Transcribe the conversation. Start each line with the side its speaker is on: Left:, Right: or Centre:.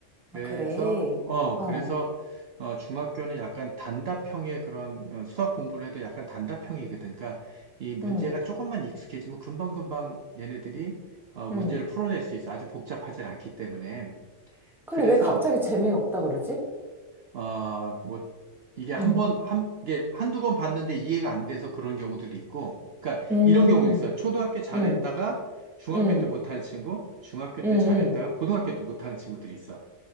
Right: 그래서,
Centre: 아, 그래.
Right: 어,
Centre: 어,
Right: 그래서, 어, 중학교는 약간 단답형의 그런 어, 수학 공부를 해도 약간 단답형이거든. 그러니까 이 문제가
Centre: 응,
Right: 조금만 익숙해지면 금방금방 얘네들이 어, 문제를
Centre: 응.
Right: 풀어낼 수 있어. 아주 복잡하지 않기 때문에.
Centre: 근데
Right: 그래서,
Centre: 왜 갑자기 재미가 없다 그러지?
Right: 어, 뭐, 이게 한
Centre: 응.
Right: 번, 한, 이게 한두 번 봤는데 이해가 안 돼서 그런 경우들이 있고. 그러니까
Centre: 음,
Right: 이런 경우도 있어요. 초등학교 잘했다가
Centre: 음,
Right: 중학교
Centre: 음,
Right: 때 못하는 친구, 중학교
Centre: 음,
Right: 때 잘했다가
Centre: 음.
Right: 고등학교 때 못하는 친구들이 있어.